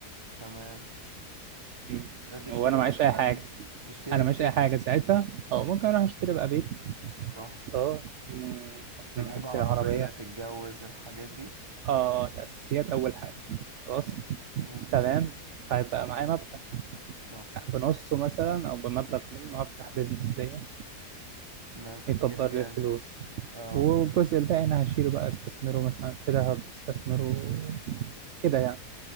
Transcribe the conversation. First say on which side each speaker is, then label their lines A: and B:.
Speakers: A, on the right; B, on the right.
A: تمام
B: مم،
A: تشتري
B: وانا معيش
A: مثلا
B: اي حاجه
A: تشتري
B: انا معيش
A: بيت
B: اي حاجه ساعتها او ممكن اروح اشتري بقى بيت
A: صح
B: اه مم، ممكن
A: تجيب
B: اروح اشتري
A: عربية
B: عربيه
A: تتجوز الحاجات دي
B: اه الاساسيات اول حاجه خلاص
A: مظبوط
B: تمام فيبقى معايا مبلغ
A: صح
B: يعني بنصه مثلا او بمبلغ منه هفتح بيزنس ليا
A: ده تفكير
B: يكبر
A: جامد
B: لي الفلوس
A: اه
B: والجزء الباقي انا هشيله بقى استثمره مثلا في ذهب استثمره كده يعني